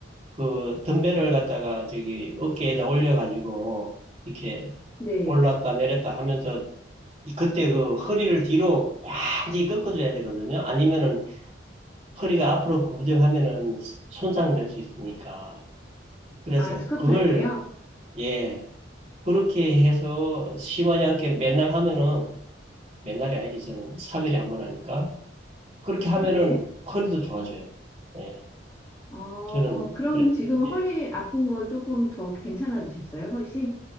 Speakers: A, on the right (about 30°); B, on the left (about 15°).
A: 그 덤벨을 갖다가 저기 어깨에다 올려가지고 이렇게
B: 네.
A: 올랐다 내렸다 하면서 그때 그 허리를 뒤로 많이 꺾어줘야 되거든요. 아니면은 허리가 앞으로 구부정하면은 손상될 수 있으니까. 그래서
B: 아, 스쿼트
A: 그걸,
B: 할 때요?
A: 예, 그렇게 해서 심하지 않게 맨날 하면은, 맨날이 아니지, 저는 3일에 한 번 하니까. 그렇게 하면은
B: 네.
A: 허리도 좋아져요. 예,
B: 어,
A: 저는
B: 그럼
A: 그랬어요.
B: 지금
A: 예.
B: 허리 아픈 거 조금 더 괜찮아지셨어요? 훨씬?